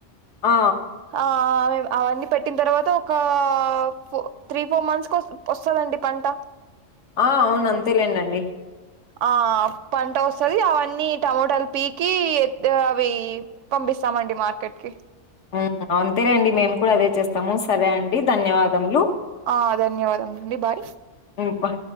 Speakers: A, on the left; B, on the right.
A: ఆ
B: హాయ్ అవన్నీ పెట్టిన తర్వాత ఒక ఫో త్రీ ఫోర్ మంత్స్ వస్తాదండి పంట
A: ఆ అవును అంతేలేనండి
B: ఆ పంట వస్తది అవన్నీ టమోటాలు పీకి అవి పంపి ఇస్తామండి మార్కెట్కి
A: ఆ అంతే అండి మేము కూడా అదే చేస్తాము సరే అంన్ డి ధన్యవాదములు
B: ఆ ధన్యవాదములండి బాయ్
A: ఉంట